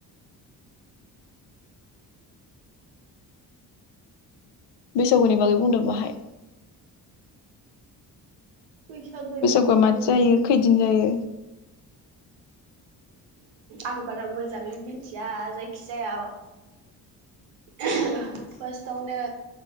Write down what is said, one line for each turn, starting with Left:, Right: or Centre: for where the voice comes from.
Left: बैसागुनि बागै बुंदो बाहाय।
Right: बैसागोनि
Left: बैसागुआ
Right: बागै
Left: मादि जायो खैदिन जायो
Right: आं बारा मोजाङै मिथिया जायखिजाया फारस्टआवनो